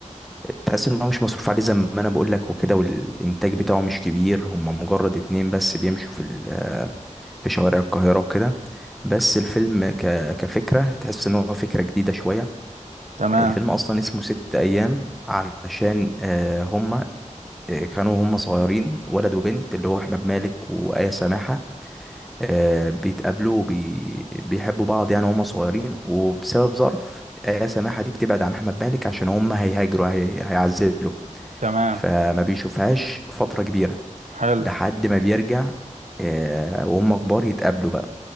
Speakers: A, in the centre; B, on the right.
A: تحس ان هو مش مصروف عليه زي ما انا بقول لك وكده والانتاج بتاعه مش كبير هم مجرد اتنين بس بيمشوا في ال- في شوارع القاهرة وكده بس الفيلم ك... كفكرة تحس إن هو فكرة جديدة شوية
B: تمام
A: الفيلم أصلا اسمه ست أيام علشان آه، هما آه، كانوا هما صغيرين ولد وبنت اللي هو أحمد مالك وآية سماحة آه، بيتقابلوا وبي... بيحبوا بعض يعني هما صغيرين وبسبب ظرف آية سماحة دي بتبعد عن أحمد مالك عشان هما هيهاجروا هي... هيعزلوا
B: تمام
A: فما بيشوفهاش فترة كبيرة
B: حلو
A: لحد ما بيرجع آه، وهم كبار يتقابلوا بقى